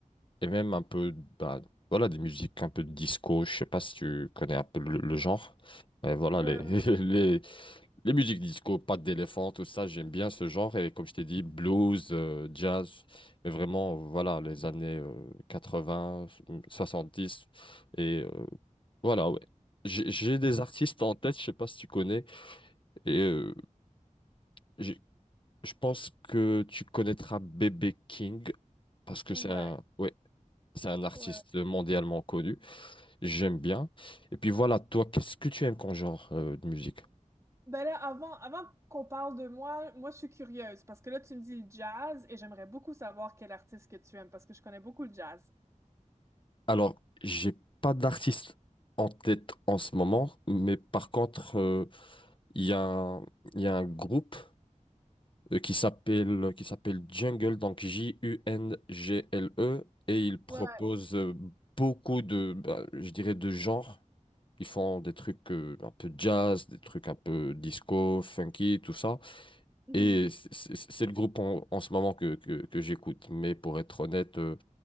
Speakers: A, on the left; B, on the right.
A: et même un peu bah, voilà des musiques un peu de disco je sais pas si tu connais un peu le, le genre mais voilà
B: Ouais,
A: les, <laughs>
B: ouais,
A: les les musiques disco pattes d'éléphant tout ça j'aime bien ce genre et comme je t'ai dit blues euh, jazz mais vraiment voilà les années euh, 80 70 et euh, voilà ouais j'ai j'ai des artistes en tête je sais pas si tu connais et euh, j'ai- je pense que tu connaîtras Bébé King parce que
B: ouais.
A: c'est un ouais c'est un artiste
B: ouais.
A: mondialement connu. J'aime bien. Et puis voilà, toi, qu'est-ce que tu aimes comme genre euh, de musique?
B: Ben là, avant, avant qu'on parle de moi, moi je suis curieuse parce que là tu me dis le jazz et j'aimerais beaucoup savoir quel artiste que tu aimes parce que je connais beaucoup le jazz.
A: Alors, j'ai pas d'artiste en tête en ce moment, mais par contre, euh, il y a un, il y a un groupe euh, qui s'appelle qui s'appelle Jungle, donc J-U-N-G-L-E, et ils proposent
B: Ouais.
A: euh, beaucoup de, bah, je dirais, de genres. Ils font des trucs euh, un peu jazz, des trucs un peu disco, funky, tout ça.
B: Mhm.
A: Et c- c- c'est le groupe en, en ce moment que, que, que j'écoute. Mais pour être honnête, euh,